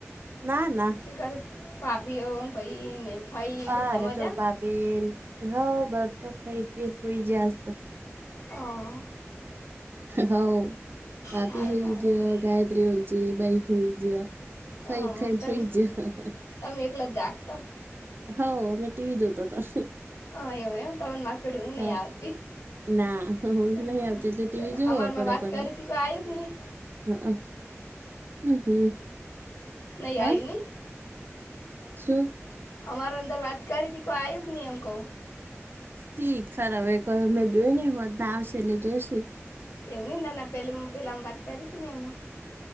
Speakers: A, on the right (about 45°); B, on the left (about 80°).
A: ના ના.
B: ઘરે ભાભીઓ ન ભઈ ને ફઈ
A: આ
B: બધા
A: ર
B: મજા
A: તો ભાભીન હઉ બ તો ખઈ પીન હુઈ જ્યા આજ તો.
B: હાં.
A: હઉ બાપી
B: સારું
A: હુઈ
B: સારું
A: જ્યાં
B: છે.
A: ગાયત્રી ઊંજી બઈ હુઈ જ્યાં. ખઈ
B: અ
A: ખઈન
B: તમે
A: હુઈ જ્યાં
B: તમે એકલા જ જાગતા
A: હઉ અમે ટીવી જોતાતા.
B: હા એવું એમ તમને મારે કડી ઊંઘ
A: હઉ
B: નહીં આવતી
A: ના હુંઘ
B: હમ,
A: નઈ આવતી ટીવી
B: ચલો
A: જોવ
B: અમારે
A: પડ્યા
B: મેં વાત
A: પડ્યા
B: કરી હતી કોઈ આવ્યું કે નહીં
A: હક હમ હમ
B: નહી
A: હા
B: આઈ નહી?
A: શું?
B: અમાર અંદર વાત કરીતી કોઈ આયુ ક નઈ એમ કઉ.
A: શી ખર હવે કોમેં જોયું ને હોજજ આવશે એટલે જોશે.
B: એવું નહી લા લા પેલમ પેલામ વાત કરીતી ન એમાં.